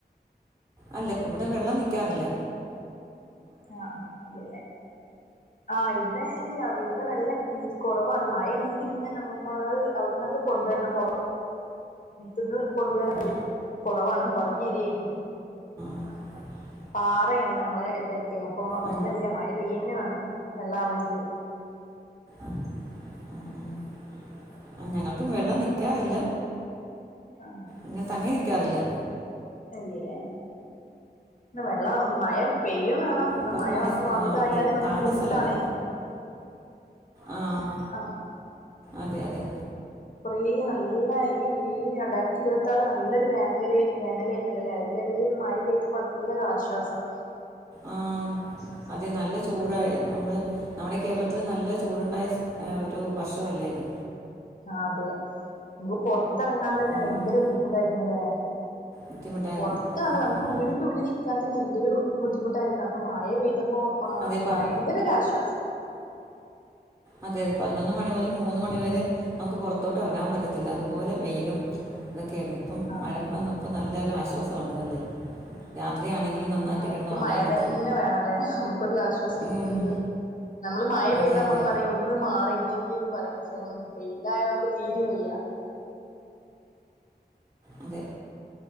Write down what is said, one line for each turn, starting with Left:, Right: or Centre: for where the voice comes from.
Right: അല്ല ഇവിടെ വെള്ളം നിക്കാറില്ല.
Left: ആഹ ഇല്ലല്ലേ ആ് ഇവിടെ ഇല്ല ഇവിടെ വെള്ളം കുറവാണ് മഴയില്ലെങ്കി പിന്നെ നമ്മൾ അവിടുന്ന്. കൊണ്ടുവരണം പോറത്. അന്ന് കൊണ്ടുവരാൻ
Right: ആ
Left: കുറവാണ് കുറഞ്ഞരിയന്.
Right: ആഹ്
Left: പാറയാണ് നമ്മളെ ഇവിടെയൊക്കെ അപ്പൊ വെള്ളല്ല
Right: ആ ആ
Left: മഴ പെയ്യന്നെ വേണം വെള്ളം ആകണമെങ്കിൽ.
Right: <inaudible> ഞങ്ങൾക്കും വെള്ളം നിൽക്കാറില്ല
Left: ആഹ്
Right: ഇങ്ങനെ തങ്ങി നിൽക്കാറില്ല.
Left: അല്ലല്ലേ വെള്ളം മഴ പെയ്യും വേണം. എന്നാ
Right: കൊറ
Left: മഴ
Right: പോങ്ങിയ
Left: അമിതായാല്
Right: ആഹ അതഴ്ന
Left: നമുക്ക്
Right: താണുന്ന
Left: ബുദ്ധിമുട്ടാണേനും
Right: സ്ഥലല്ല ആഹ
Left: ആ
Right: അതെ അതെ
Left: കുറേ നല്ല ഈ ഈ രണ്ടായ്ത്തി ഇരുവത്താറ് നല്ലൊരു വേനല് വേനലേയ്നല്ലല്ലേ അയ്ന്റെടേലൊരു മയീ പെയ്തപ്പോ നല്ലൊരാശ്വാസം
Right: ആ അതെ നല്ല ചൂടാ നമ്മള് നമ്മളീ കേരളത്തി ല് നല്ല ചൂട്ണ്ടായ ഒരു വർഷല്ലേ ഇത്
Left: ആ അതെ നമ്മക്ക് പൊർത്തെറങ്ങാൻ തന്നെ
Right: ഉം.
Left: ഭയങ്കര ബുദ്ധിമുട്ടായ്ര്ന്നല്ലേ
Right: ബുദ്ധിമുട്ടായിരുന്നു
Left: പൊറത്തേണ്ട
Right: ഉം
Left: നമ്മക്ക്
Right: ഉം.
Left: വീടി ഉള്ളിലിരിക്കാ തന്നെ എന്തൊരു ബുദ്ധിമുട്ടായ്ര്ന്നു അപ്പൊ മയ പെയ്തപ്പോ ബ
Right: അതെ പത
Left: ഭയങ്കരൊശ്വാസം
Right: അതെ അതെ പതിനൊന്ന് മണി മുതൽ മൂന്ന് മണി വരെ നമുക്ക് പൊറത്തോട്ട് എറങ്ങാൻ പറ്റത്തില്ല അതുപോലെ വെയിലും അതൊക്കെരുന്നു പ്പം
Left: ആ
Right: മഴ വന്നപ്പം നല്ലൊരു ആശ്വാസൊണ്ട് നല്ലേ രാത്രിയാണെങ്കിലും നന്നായിട്ട്
Left: മയക്ക്
Right: കിടന്നുറങ്ങാൻ
Left: മയ
Right: പറ്റി
Left: തന്നെ വേണല്ലേ നമു ക്കൊരാശ്വാസം കിട്ടണങ്കില്
Right: ഉം.
Left: നമ്മള് മയ
Right: അതെ
Left: പെയ്താ നമ്മള്
Right: അതെ
Left: പറയും ഒന്ന് ന്ന് മാറിര്ന്നെങ്കിൽന്ന് പറയും പക്ഷെ വെയിലായ നമക്ക് തീരേം വയ്യാ
Right: അതെ